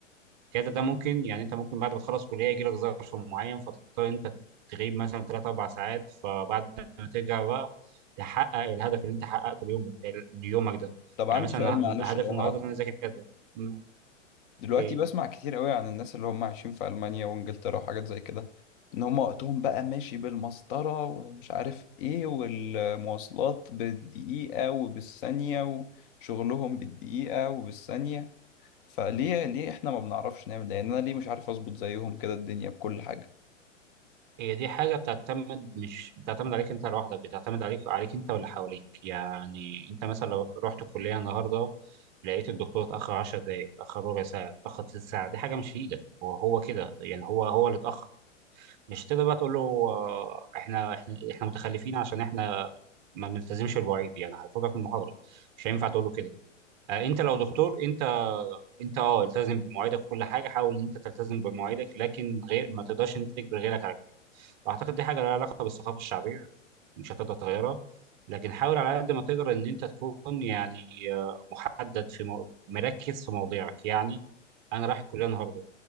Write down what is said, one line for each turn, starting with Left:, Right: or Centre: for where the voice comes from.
Right: كذا ده ممكن يعني انت ممكن بعد ما تخلص كليه يجي لك ظرف معين فتضطر انت تغيب مثلا 3 4 ساعات فبعد ما ترجع بقى تحقق الهدف اللي انت حققته اليوم ليومك ده
Left: طب عندي
Right: يعني مثلا
Left: سؤال معلش
Right: هدفي
Left: لو
Right: النهارده
Left: هقطع
Right: ان انا اذاكر كذا م،
Left: دلوقتي
Right: اوكي
Left: بسمع كتير قوي عن الناس اللي هم عايشين في ألمانيا وإنجلترا وحاجات زي كده إن هم وقتهم بقى ماشي بالمسطرة ومش عارف إيه والمواصلات بالدقيقة وبالثانية وشغلهم بالدقيقة وبالثانية فليه ليه احنا ما بنعرفش نعمل ده يعني انا ليه مش عارف اظبط زيهم كده الدنيا بكل حاجة
Right: هي دي حاجة بتعتمد مش بتعتمد عليك انت لوحدك بتعتمد عليك عليك انت واللي حواليك يعني انت مثلا لو رحت الكلية النهاردة لقيت الدكتور اتأخر 10 دقايق اتأخر ربع ساعة اتأخر تلت ساعة دي حاجة مش في ايدك وهو كده يعني هو هو اللي اتأخر مش هتقدر بقى تقول له آه، احنا احنا احنا متخلفين عشان احنا ما بنلتزمش بالمواعيد يعني هيطردك من المحاضرة مش هينفع تقول له كده آه، انت لو دكتور انت انت اه التزم بمواعيدك وكل حاجه حاول ان انت تلتزم بمواعيدك لكن غير ما تقدرش ان انت تجبر غيرك على كده اعتقد دي حاجه لها علاقه بالثقافه الشعبيه مش هتقدر تغيرها لكن حاول على قد ما تقدر ان انت تكون يعني آه، محدد في مو... مركز في مواضيعك يعني انا رايح الكليه النهارده